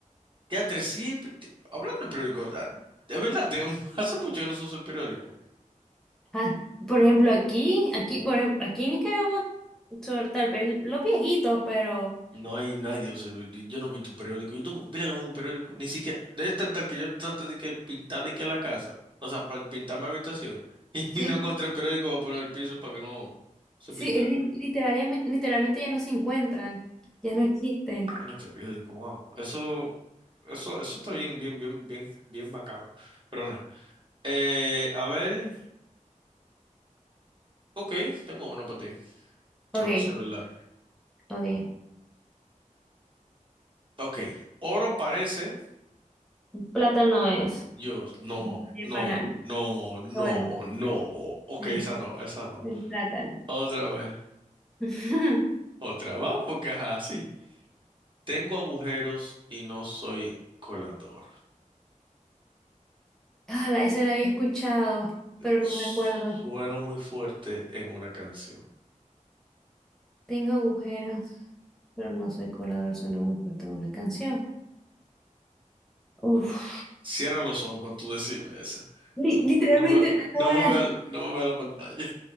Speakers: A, on the right; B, in the centre.
A: Teatro, sí. pe- Hablando de periódico, ah, es verdad, tengo- <laughs> hace mucho que no se usa el periódico.
B: Ah, por ejemplo, aquí, aquí, por ejem- aquí en Nicaragua, son tal vez los viejitos, pero
A: No hay nadie, o sea, yo no he visto un periódico. Yo tengo pila que no veo un periódico. Ni siquiera, es tan tal que yo traté de que pintar de que la casa, o sea, para pintar mi habitación. <laughs>
B: sí,
A: Y no encontré el periódico para poner el piso para que no se
B: sí,
A: pintara.
B: li- literalmente, literalmente ya no se encuentran, ya no existen.
A: En el periódico, wow. Eso, eso, eso está bien, bien, bien, bien, bien macabro. Pero nada. Eh, a ver, ok, tengo uno para ti.
B: Ok,
A: A ver si es verdad.
B: ok.
A: Ok, oro parece.
B: Plátano es.
A: Yo, no,
B: El
A: no,
B: banano.
A: no, no,
B: Bueno,
A: no. Ok,
B: sí,
A: esa no, esa no.
B: el plátano.
A: Otra vez,
B: <laughs>
A: otra más, porque ajá, sí. Tengo agujeros y no soy colador.
B: Ah, ese la había escuchado, pero no
A: Sueno
B: me acuerdo.
A: muy fuerte en una canción.
B: Tengo agujeros, pero no soy colador, suena muy fuerte una canción. Uf.
A: Cierra los ojos para tú decirme esa.
B: Li-
A: No,
B: literalmente
A: no me,
B: acabo
A: no
B: de,
A: me vea, no me vea la pantalla.